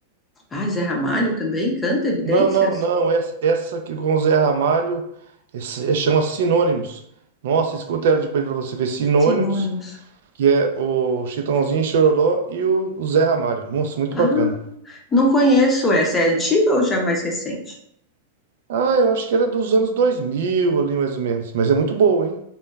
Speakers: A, on the left (about 20°); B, on the right (about 70°).
A: Ah, Zé Ramalho também canta Evidências?
B: Não, não, não. Essa, essa aqui com o Zé Ramalho esse- é- chama Sinônimos. Nossa, escuta ela depois pra você ver. Sinônimos,
A: Sinônimos.
B: que é o Chitãozinho, Chororó e o, o Zé Ramalho. Nossa, muito
A: Ah,
B: bacana.
A: não conheço essa. É antiga ou já mais recente?
B: Ah, eu acho que ela é dos anos 2000 ali, mais ou menos. Mas é muito boa, hein?